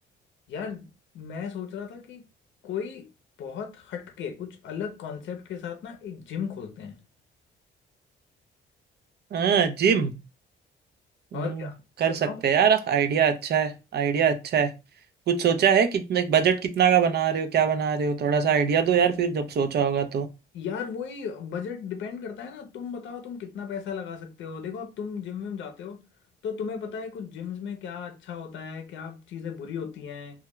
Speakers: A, on the left; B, on the right.
A: यार मैं सोच रहा था कि कोई बहुत हटके कुछ अलग कॉन्सेप्ट के साथ ना एक जिम खोलते हैं
B: हाँ जिम हम्म
A: और क्या
B: कर
A: बताओ
B: सकते हैं यार आइडिया अच्छा है आइडिया अच्छा है कुछ सोचा है कितने बजट कितना का बना रहे हो क्या बना रहे हो थोड़ा सा आइडिया दो यार फिर जब सोचा होगा तो
A: यार वही बजट डिपेंड करता है ना तुम बताओ तुम कितना पैसा लगा सकते हो देखो अब तुम जिम में जाते हो तो तुम्हें पता है कुछ जिम्स में क्या अच्छा होता है क्या चीज़ें बुरी होती हैं